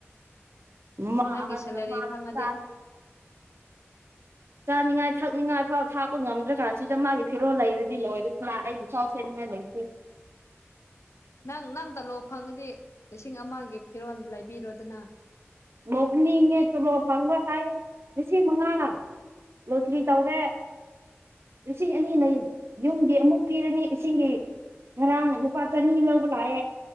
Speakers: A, on the right (about 60°); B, on the left (about 80°).
A: ꯃꯥ
B: ꯅꯪꯒꯤ
A: ꯍ
B: ꯁꯦꯂꯔꯤ
A: ꯃꯥ
B: ꯐꯪꯉꯗꯤ
A: ꯆ ꯆꯥꯅꯤꯡꯉꯥꯏ ꯊꯛꯅꯤꯡꯉꯥꯏ ꯐꯥꯎ ꯊꯥꯛꯄ ꯉꯝꯗ꯭ꯔꯀꯥꯟꯁꯤꯗ ꯃꯥꯒꯤ ꯐꯤꯔꯣꯜ ꯂꯩꯔꯗꯤ ꯂꯣꯏꯔ ꯂꯥꯛ ꯑꯩꯗꯤ ꯁꯤꯔꯤ ꯌꯥ ꯂꯩ
B: ꯅꯪ ꯅꯪ ꯇꯥꯂꯣ ꯐꯪꯉꯗꯤ ꯂꯤꯁꯤꯡ ꯑꯃꯒꯤ ꯐꯤꯔꯣꯜ ꯂꯩꯕꯤꯔꯣꯗꯅ
A: ꯅꯣꯛꯅꯤꯡꯉꯦ ꯆꯣꯂꯣ ꯐꯪꯕ꯭ꯔꯥ ꯍꯥꯏꯌꯦ ꯂꯤꯁꯤꯡ ꯃꯉꯥ ꯂꯣꯇꯔꯤ ꯇꯧꯋꯦ ꯂꯤꯁꯤꯡ ꯑꯅꯤꯅ ꯌꯨꯝꯒꯤ ꯑꯃꯨꯛ ꯄꯤꯔꯅꯤ ꯏꯁꯤꯡꯒꯤ ꯉꯔꯥꯡ ꯂꯨꯄꯥ ꯆꯅꯤ ꯂꯧꯕ ꯂꯥꯛꯑꯦ